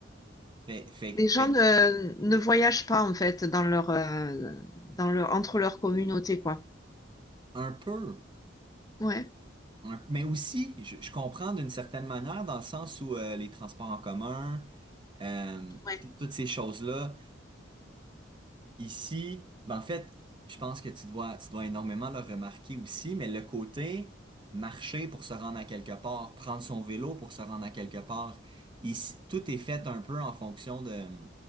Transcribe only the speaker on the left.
Les gens
ne, ne voyagent pas en fait dans leur, euh, dans leur, entre leurs communautés, quoi.
Ouais,
ouais,